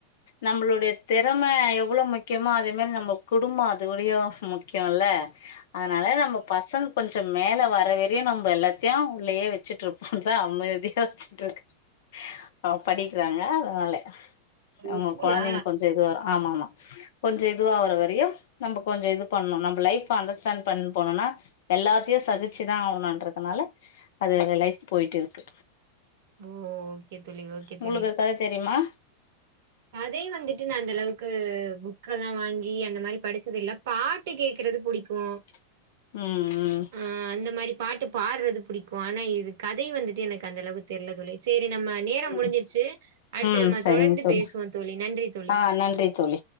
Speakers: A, on the left (about 55°); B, on the right (about 55°).
A: நம்மளுடைய தெறம எவளோ முக்கியமோ அதே மாரி நம்ம குடும்போ அதவுடைய ஸ் முக் முக்கியல அதனால நம்ம பசங்க கொஞ்ச மேல வரவே நெறிய நம்ப எல்லாத்தையோ உள்ளயே வெச்சுட்டு இருப்போல்லா அமைதியா வெச்சுட்டு இருக் அவ படிக்கிறாங்க அதனால
B: ஓ!
A: அவுங்க
B: ஸ்கூலா?
A: கொழந்தைங்க கொஞ்ச இது வரோ ஆமா ஆமா கொஞ்ச இதுவா வரையு நம்ம கொஞ்ச இது பண்ணோ நம்ம லைஃப் அண்டர்ஸ்டாண்ட் பண் போனோனா எல்லாத்தையோ சகிச்சுதா ஆவுன்றதுனால அது லைஃப் போயிட்டு இருக்கு
B: ஓ தோழி, ஓகே
A: உங்களுக்கு
B: தோழி.
A: அது கத தெரியுமா
B: கதை வந்துட்டு நா அந்தளவுக்கு புக்கல்லா வாங்கி அந்த மாரி படிச்சது இல்ல பாட் ட்டு கேக்குறது புடிக்கு
A: ம் ம்
B: ஆ அந்த மாரி பாட்டு பாடுறது புடிக்கோ ஆனா இது கதை வந்துட்டு எனக்கு அந்த அளவுக்குத் தெர்ல தோழி செரி நம்ம நேர
A: ம்
B: முடிஞ்சிருச்சு அடுத்து
A: ம்
B: நம்ம
A: சரிங்க
B: தொடர்ந்து
A: தோழி
B: பேசுவோ தோழி நன்றி தோழி
A: ஆ நன்றி தோழி